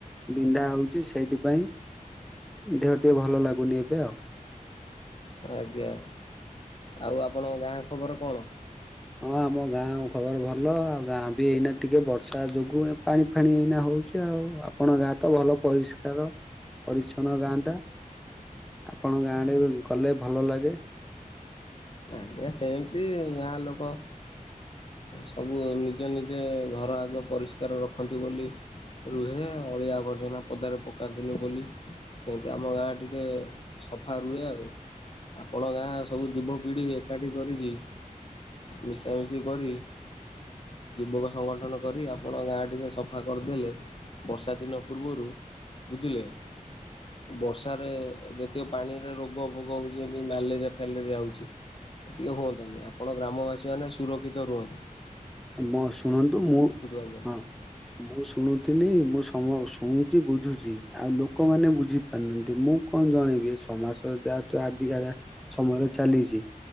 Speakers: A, in the centre; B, on the left.
A: ବିନ୍ଧା ହୋଉଛି ସେଇଥି ପାଇଁ। ଦେହ ଟିକେ ଭଲ ଲାଗୁନି ଏବେ ଆଉ।
B: ଆଜ୍ଞା। ଆଉ ଆପଣଙ୍କ ଗାଁ ଖବର କଣ?
A: ହଁ ଆମ ଗାଁ ଖବର ଭଲ ଆଉ ଗାଁ ବି ଏଇନା ଟିକେ ବର୍ଷା ଯୋଗୁ ଏ ପାଣି ଫାଣି ଏଇନା ହଉଛି। ଆଉ ଆପଣ ଗାଁ ତ ଭଲ ପରିଷ୍କାର ପରିଛନ୍ନ ଗାଁ ଟା। ଆପଣଙ୍କ ଗାଁ ଆଡେ ଗଲେ ଭଲ ଲାଗେ।
B: ଆଜ୍ଞା ସେମିତି ଗାଁ ଲୋକ ସବୁ ନିଜେ ନିଜେ ଘର ଆଗ ପରିଷ୍କାର ରଖନ୍ତି ବୋଲି ରୁହେ ଅଳିଆ ଆବର୍ଜନା ପଦାରେ ପକାନ୍ତିନି ବୋଲି ସେମିତି ଆମ ଗାଁ ଟିକେ ସଫା ରୁହେ ଆଉ। ଆପଣ ଗାଁ ସବୁ ଯୁବ ବିଡ଼ି ଏକାଠି କରିକି ମିଶାମିଶି କରି ଯୁବକ ସଂଗଠନ କରି ଆପଣ ଗାଁ ଟିକେ ସଫା କରିଦେଲେ ବର୍ଷା ଦିନ ପୂର୍ବରୁ ବୁଝିଲେ ବର୍ଷାରେ ଯଦିଓ ପାଣିରେ ରୋଗ ଫୋଗ ହେଉଛନ୍ତି ମ୍ୟାଲେରିଆ ଫ୍ୟାଲେରିଆ ହେଉଛି। ଟିକେ ହୁଅନ୍ତାନି ଆପଣ ଗ୍ରାମବାସୀ ମାନେ ସୁରକ୍ଷିତ ରୁହନ୍ତେ।
A: ମୋ ଶୁଣନ୍ତୁ ମୁଁ
B: ଆଜ୍ଞା।
A: ହଁ। ମୁଁ ଶୁଣୁଥିଲି ମୁଁ ସମ ଶୁଣୁଛି ବୁଝୁଛି ଆଉ ଲୋକମାନେ ବୁଝି ହାନ୍ତି ମୁଁ କଣ ଜଣେଇବି ଏ ସମାସ ଯାହା ତୁ ଆଜିିକା ସମୟରେ ଚାଲିଛି